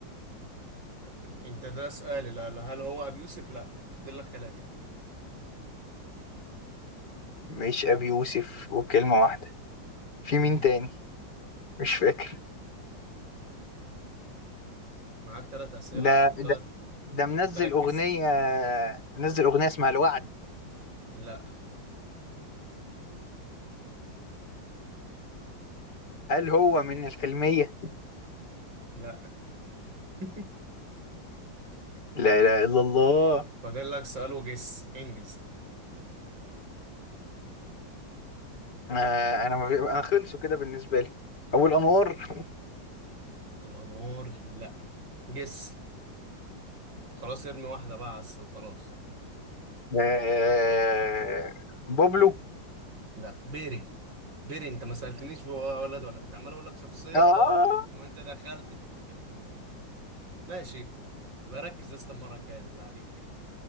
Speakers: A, on the right; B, on the left.
A: أبي... انت ده سؤال لا لا هل هو ابي يوسف لا تفضل لك ثلاثه
B: مش ابي يوسف وكلمة واحدة في
A: امم
B: مين تاني مش فاكر
A: معاك ثلاث اسئله
B: ده
A: او
B: ده
A: ثلاث
B: ده منزل
A: او تلات جس
B: اغنية منزل اغنية اسمها الوعد
A: لا
B: هل هو من الحلمية
A: لا <laughs>
B: لا إله إلا الله
A: فاضل لك سؤال وجس انجز
B: آه أنا ما في- أنا خلصوا كده بالنسبة لي أبو الأنوار
A: ابو الانوار لا جس خلاص ارمي واحده بقى عس وخلاص
B: آه بابلو
A: لا بيري بيري انت ما سالتنيش هو ولد ولا بنت عمال اقول لك شخصيه
B: آه
A: اه وانت دخلت في ال... في ال... ماشي يبقى ركز يا اسطى المره الجايه بالله عليك